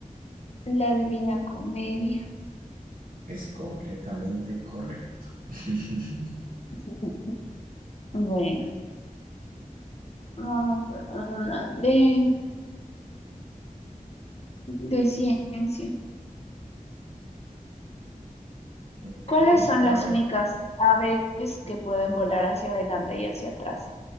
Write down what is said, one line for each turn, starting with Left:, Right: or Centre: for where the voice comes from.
Left: La Divina Comedia.
Right: Es completamente correcto. <laughs>
Left: <laughs> Bueno, vamos por una de, de ciencia.
Right: Ok,
Left: ¿Cuáles son
Right: a
Left: las
Right: ver.
Left: únicas aves que pueden volar hacia adelante y hacia atrás?